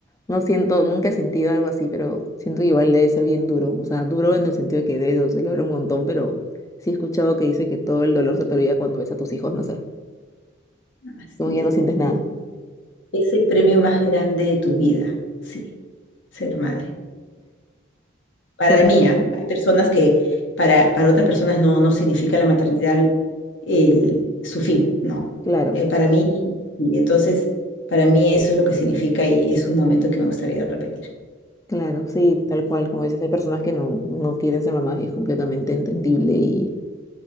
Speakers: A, on the left; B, on the left.
A: no siento, nunca he sentido algo así, pero siento que igual debe ser bien duro. O sea, duro en el sentido de que debe doler un montón, pero sí he escuchado que dice que todo el dolor se te olvida cuando ves a tus hijos nacer.
B: Así
A: Como ya no
B: es.
A: sientes nada.
B: Es es el premio más grande de tu vida, sí, ser madre. para
A: Qué bon-
B: mí, ¿ah? Hay personas que para, para otras personas no, no significa la maternidad el, su fin, no.
A: Claro,
B: Eh, para mí, y entonces, para mí eso es lo que significa y es un momento que me gustaría repetir.
A: claro, sí, tal cual. Como dices, hay personas que no, no quieren ser mamás y es completamente entendible y